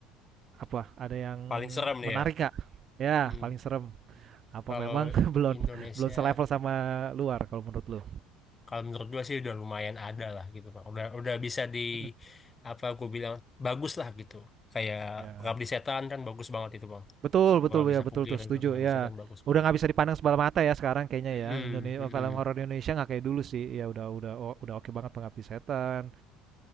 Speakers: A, on the right (about 40°); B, on the left (about 20°).
A: apa? Ada yang
B: paling serem
A: menarik
B: nih ya
A: Kak? Ya,
B: Hmm.
A: paling serem. Apa
B: kalau
A: memang <laughs> belum
B: Indonesia
A: belum selevel sama luar kalau menurut lu?
B: kalau menurut gua sih udah lumayan ada lah gitu Pak. udah udah bisa di
A: Mm.
B: apa gua bilang bagus lah gitu kayak
A: Ya.
B: Pengabdi Setan kan bagus banget itu bang
A: Betul
B: gua
A: betul
B: nggak bisa
A: ya betul
B: pungkirin
A: tuh setuju
B: tuh Pengabdi
A: ya.
B: Setan bagus banget
A: Udah nggak bisa dipandang sebelah mata ya sekarang kayaknya
B: Mm-mm.
A: ya Indonesia
B: Mm-mm.
A: film horor Indonesia nggak kayak dulu sih ya udah udah o- udah oke banget Pengabdi Setan